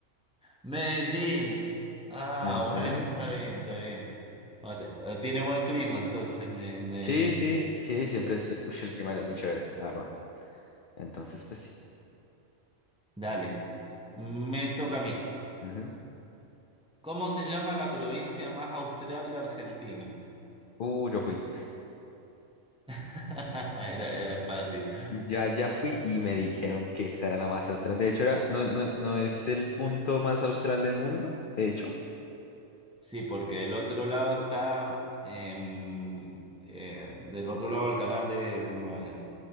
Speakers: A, in the centre; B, on the left.
A: Medellín. Ah,
B: Ujú.
A: bueno, está bien, está bien. Ah, te- ah, Tiene buen clima entonces, Me- Medellín.
B: Sí, sí, sí, siempre es, ush, el clima es muy chévere, la verdad. Entonces, pues sí.
A: Dale. Me toca a mí.
B: Ujú.
A: ¿Cómo se llama la provincia más austral de Argentina?
B: Uh, yo fui.
A: <laughs> Era, era fácil.
B: Ya, ya fui y me dijeron que esa era la más austral. De hecho, era, no, no, no es el punto más austral del mundo, de hecho,
A: Sí, porque del otro lado está, em, eh, del otro lado del canal de,